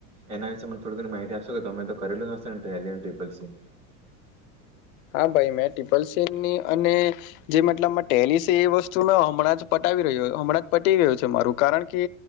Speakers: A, on the right; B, on the left.
A: એના વિશે મને થોડી ઘ માહિતી આપશો કે તમે તો કરેલું હશે ને ટેલિસી અને ટ્રીપલસી?
B: હા ભાઈ મેં ટિપલ સનની અને જે મતલબમાં ટેલિસે એ વસ્તુ હમણાં જ પટાવી રહ્યો હમણાં જ પટી ગયો છે. મારું કામ કારણ કે